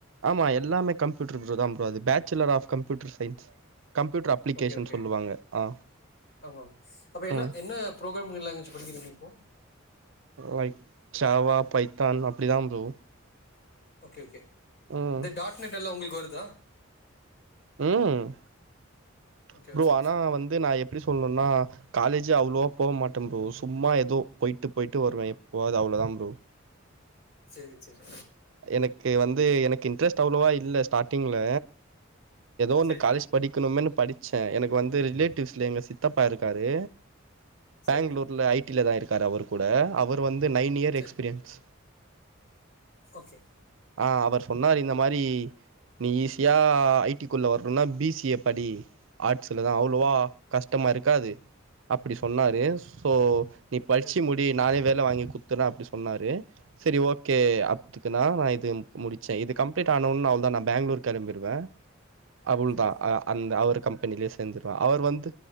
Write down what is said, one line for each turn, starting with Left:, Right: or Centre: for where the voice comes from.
Right: ஆமா எல்லாமே கம்யூட்டர் தான் ஃப்ரோ அது bachelor of computer science computer application
Left: okay okay
Right: சொல்லுவாங்க ஆ
Left: ஆமா அப்ப என்ன
Right: ம்
Left: என்ன ஃபுரோகிராங் லாங்குவேஜ் படிக்கிறீங்க இப்போ
Right: லைக் சாவா பைத்தான் அப்டிதான் ஃப்ரோ
Left: ஓகே ஓகே
Right: ம்
Left: இந்த டாட் நெட் எல்லா உங்களுக்கு வருதா
Right: ம்
Left: ஓகே
Right: ஃப்ரோ
Left: ஓகே
Right: ஆனா வந்து நான் எப்டி சொல்லணும்னா காலேஜ் அவ்ளோவா போமாட்ட ப்ரோ சும்மா ஏதோ போயிட்டு போயிட்டு வருவே எப்போவாது அவ்ளோதா ப்ரோ
Left: செரி செரி
Right: எனக்கு வந்து எனக்கு இன்ட்ரெஸ்ட் அவ்வளோவா இல்ல ஸ்டார்ட்டிங்ல ஏதோ வந்து
Left: சரி
Right: காலேஜ் படிக்ணுமேன்னு படிச்சே எனக்கு வந்து ரிலேட்டிவ்ஸ்ல எங்க சித்தப்பா இருக்காரு பேங்ளூர்ல
Left: சரி
Right: ஐ டில தா இருக்கார் அவரு கூட அவரு வந்து நைன் இயர்
Left: சரி
Right: எக்ஸ்பீரியன்ஸ்
Left: ஓகே
Right: ஆ அவர் சொன்னார் இந்த மாரி நீ ஈஸியா ஐ டிக்குள்ள வரணுன்னா பி சி ஏ படி ஆர்ட்ஸ்ல தா அவ்ளோவா
Left: ஆமா
Right: கஷ்டமா இருக்காது அப்டி சொன்னாரு
Left: ஆமா
Right: சோ நீ படிச்சி
Left: சரி
Right: முடி நானே வேல வாங்கி குடுத்துறே அப்டி சொன்னாரு செரி ஓகே அ
Left: ம்
Right: னா நா இது முடிச்சே இது கம்ளீட் ஆன ஒனே அவ்ள தா நா பேங்களூர் கெளம்பிடுவே அவ்ளதா
Left: சரி சரி
Right: அ அந்த அவரு கம்பெனிலே சேந்துருவ அவு வந்து